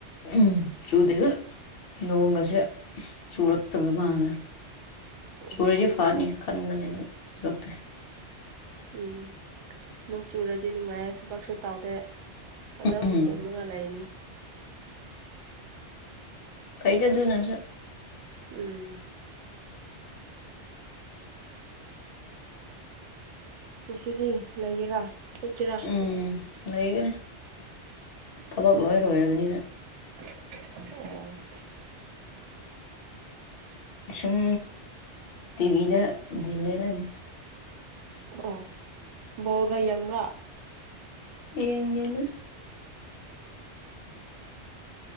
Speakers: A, on the left (about 60°); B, on the right (about 90°).
A: ꯎꯝ ꯆꯨꯗꯦꯗ ꯅꯣꯡꯒꯁꯦ ꯆꯨꯔꯛꯇꯕ ꯃꯥꯜꯂꯦ
B: ꯎꯝ
A: ꯆꯨꯨꯔꯗꯤ ꯐꯔꯅꯤ ꯈꯟꯕꯅꯤ ꯑꯗꯣ ꯆꯨꯔꯛꯇꯦ
B: ꯎꯝ ꯅꯣꯡ ꯆꯨꯔꯗꯤ ꯅꯨꯡꯉꯥꯏꯌꯦ ꯊꯕꯛꯁꯨ ꯇꯧꯗꯦ ꯑꯗꯨꯝ
A: ꯎꯝ
B: ꯇꯨꯝꯃꯒ ꯂꯩꯅꯤ
A: ꯐꯩꯗ ꯑꯗꯨꯅꯁꯨ
B: ꯎꯝ ꯉꯁꯤꯗꯤ ꯂꯩꯒꯦꯔ ꯆꯠꯀꯦꯔ
A: ꯎꯝ ꯂꯩꯒꯅꯤ ꯊꯕꯛ ꯂꯣꯏ ꯂꯣꯏꯔꯕꯅꯤꯅ
B: <unintelligible> ꯑꯣ
A: ꯁꯨꯝ ꯇꯤꯚꯤꯗ ꯗꯤꯜ ꯂꯦꯜꯂꯅꯤ
B: ꯑꯣ ꯕꯣꯜꯒ ꯌꯦꯡꯕ꯭ꯔꯥ
A: ꯌꯦꯡꯗꯦꯗ